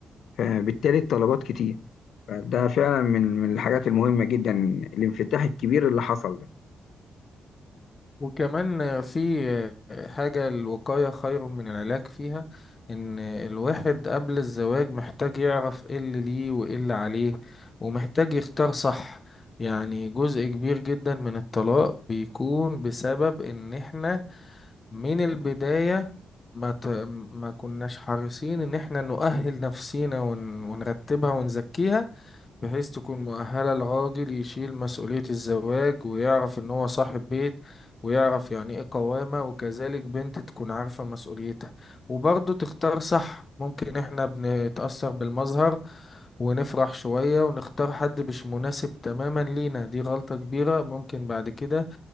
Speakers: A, on the left; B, on the left.
A: فبالتالي الطلبات كتير فده فعلا من من الحاجات المهمة جدا الانفتاح الكبير اللي حصل ده
B: وكمان في حاجة الوقاية خير من العلاج فيها إن الواحد قبل الزواج محتاج يعرف إيه اللي ليه وإيه اللي عليه ومحتاج يختار صح يعني جزء كبير جدا من الطلاق بيكون بسبب إن إحنا من البداية ما ت... ما كناش حريصين إن إحنا نؤهل نفسينا ون... ونرتبها ونزكيها بحيث تكون مؤهلة الراجل يشيل مسؤولية الزواج ويعرف إن هو صاحب بيت ويعرف يعني إيه قوامة وكذلك بنت تكون عارفة مسؤوليتها وبرضه تختار صح ممكن إحنا بنتأثر بالمظهر ونفرح شوية ونختار حد مش مناسب تماما لينا دي غلطة كبيرة ممكن بعد كده